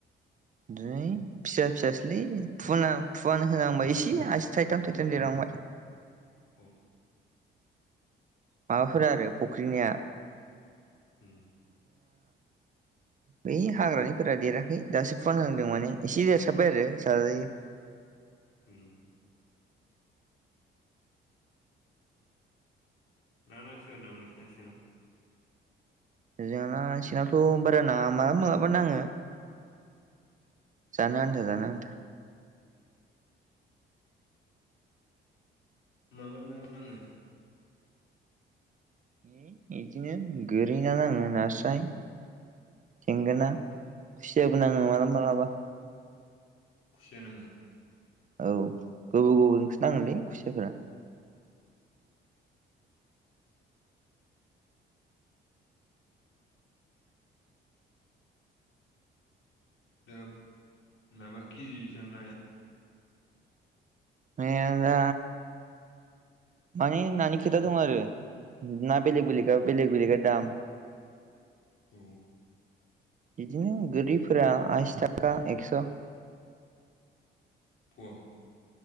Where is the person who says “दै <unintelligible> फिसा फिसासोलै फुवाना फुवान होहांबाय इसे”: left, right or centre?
Right